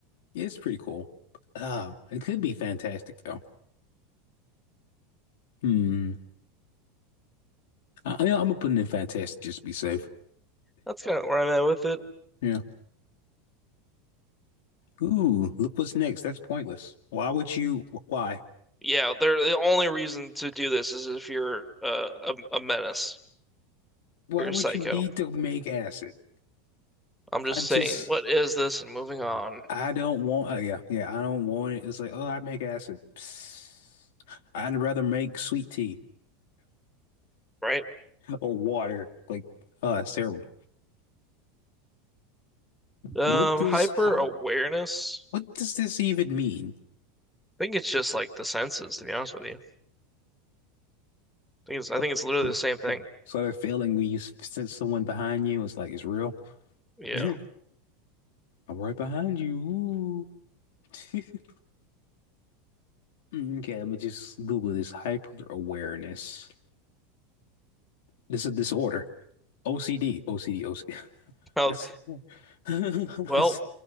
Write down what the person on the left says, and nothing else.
it's pretty cool. Uh it could be fantastic though. Hmm. I, I- I'm gonna put it in fantastic just to be safe.
Yeah. Ooh, look what's next. That's pointless. Why would you? Why?
Why
would
you need to make acid?
I just,
I don't want. Uh, yeah, yeah, I don't want it. It's like, oh, I make acid. Psst. I'd rather make sweet tea
or water. Like, oh, it's terrible.
What does
hi-
what does this even mean?
Oh,
<laughs>
So,
so that feeling when you s- sense someone behind you, it's like it's real.
<laughs> I'm right behind you. Ooh. <laughs> Mm, Okay, let me just Google this hyper awareness. This is a disorder. OCD, OCD, OCD.
That's, <laughs> that's-